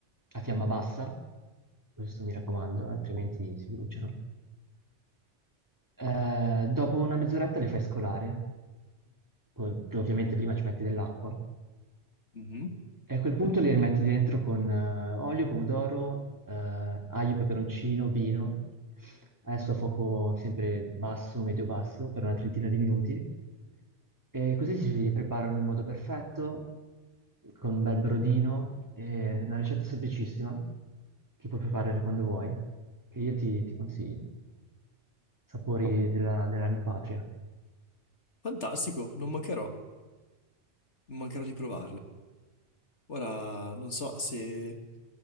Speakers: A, on the right; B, on the left.
A: a fiamma bassa, questo mi raccomando, altrimenti si bruciano. Eh, dopo una mezz'oretta le fai scolare co- che ovviamente prima ci metti dell'acqua,
B: Mhm.
A: e a quel punto li rimetti dentro con eh, olio, pomodoro, eh, aglio, peperoncino, vino, adesso a fuoco sempre basso, medio-basso, per una trentina di minuti, e così si preparano in modo perfetto, con un bel brodino, è una ricetta semplicissima, che puoi preparare quando vuoi, che io ti, ti consiglio. Sapori della, della mia patria.
B: Fantastico, non mancherò, non mancherò di provarle. Ora, non so se,